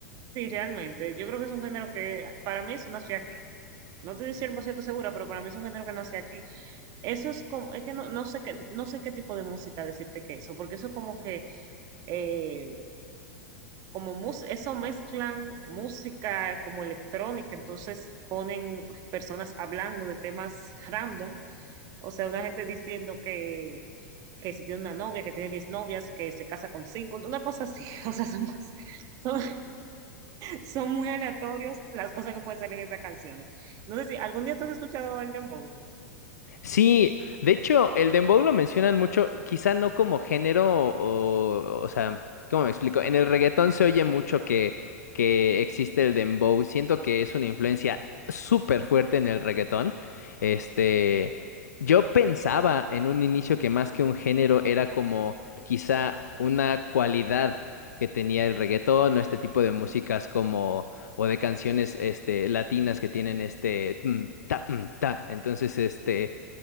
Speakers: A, on the right; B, on the left.
A: Sí, realmente, yo creo que es un género que para mí eso nació aquí. No te estoy 100% segura, pero para mí es un género que nació aquí. Eso es como, es que no, no sé qué, no sé qué tipo de música decirte que eso, porque eso es como que eh, como mus- eso mezclan música como electrónica, entonces ponen personas hablando de temas random, o sea, una gente diciendo que, que se tiene una novia, que tiene 10 novias, que se casa con cinco, una cosa así, <laughs> o sea, son, cosas- son, son muy aleatorios las cosas que pueden salir en esas canciones. No sé si algún día tú has escuchado el dembow.
B: Sí, de hecho, el dembow lo mencionan mucho, quizá no como género o, o sea, ¿cómo me explico? En el reggaetón se oye mucho que, que existe el dembow. Siento que es una influencia súper fuerte en el reggaetón. Este, yo pensaba en un inicio que más que un género era como quizá una cualidad que tenía el reggaetón o este tipo de músicas como o de canciones este latinas que tienen este mm, ta mm, ta. Entonces, este